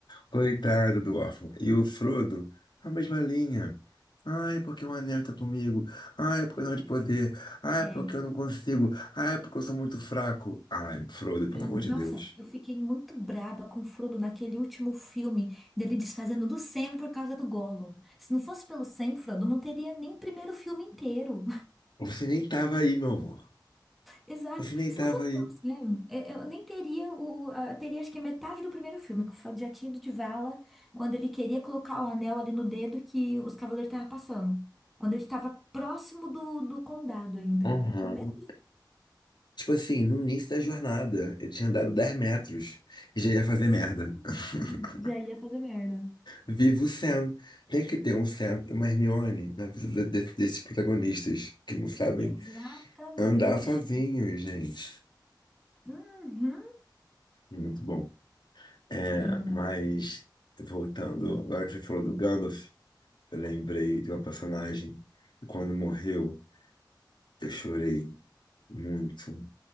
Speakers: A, on the left; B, in the centre.
A: Coitado do órfão. E o Frodo, a mesma linha. Ai, porque o anel tá comigo. Ai, porque eu não de poder. Ai,
B: É.
A: porque eu não consigo. Ai, porque eu sou muito fraco. Ai, Frodo, pelo
B: Sim,
A: amor de
B: nossa,
A: Deus.
B: eu fiquei muito braba com o Frodo naquele último filme dele desfazendo do Sam por causa do Gollum. Se não fosse pelo Sam, Frodo não teria nem o primeiro filme inteiro. <laughs>
A: Você nem tava aí, meu amor.
B: Exato.
A: Você nem
B: Se
A: tava
B: não fosse
A: aí.
B: pelo Sam, eh, eu nem teria o, a- teria acho que a metade do primeiro filme, que o Frodo já tinha ido de vala quando ele queria colocar o anel ali no dedo que os cavaleiros estavam passando. Quando ele estava próximo do, do condado ainda.
A: Uhum.
B: No começo
A: Tipo assim, no início da jornada, ele tinha andado 10 metros e já ia fazer
B: do
A: merda. <laughs>
B: filme, já ia fazer merda.
A: Viva o Sam. Tem que ter um Sam e uma Hermione na vida de- desses protagonistas que não sabem
B: Exatamente.
A: andar sozinhos, gente.
B: Uhum.
A: Muito bom. É,
B: Demais.
A: mas, voltando, agora que você falou do Gandalf, eu lembrei de uma personagem que quando morreu, eu chorei muito.